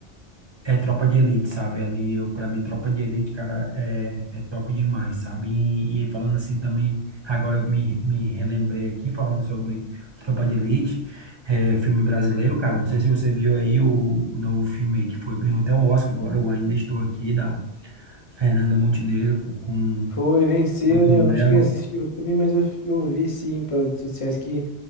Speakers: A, on the right; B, on the left.
A: É Tropa de Elite, sabe? Ali eu, para mim, Tropa de Elite, cara, é, é top demais, sabe? E, e falando assim também, agora eu me, me relembrei aqui falando sobre Tropa de Elite, é, filme brasileiro, cara. Não sei se você viu aí o, o novo filme aí que foi, ganhou até o Oscar agora, Eu Ainda Estou Aqui, da Fernanda Montenegro com, com
B: Foi, venceu,
A: Elton
B: né? Eu
A: Mello.
B: não cheguei a assistir o filme, mas eu, eu vi sim pelas redes sociais que,